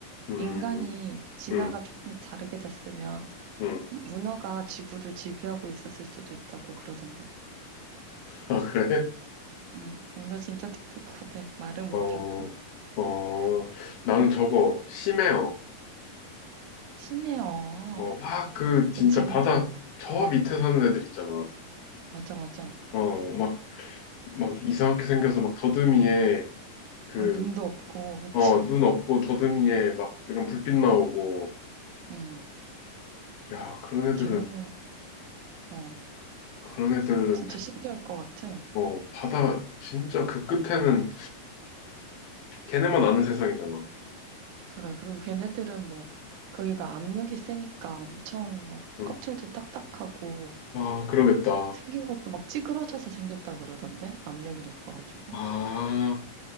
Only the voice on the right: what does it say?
인간이 진화가
조금 다르게 됐으면
문어가 지구를 지배하고 있었을 수도 있다고 그러던데.
응, 문어 진짜 똑똑하대. 말을 못할
뿐.
심해요.
그치,
어,
맞아, 맞아.
어, 눈도 없고, 그치.
응,
걔네는, 어,
진짜
신기할 것 같아.
그래, 그리고 걔네들은 뭐, 거기가 압력이 세니까 엄청 막
껍질도 딱딱하고,
생긴 것도 막 찌그러져서 생겼다 그러던데? 압력이 높아가지고.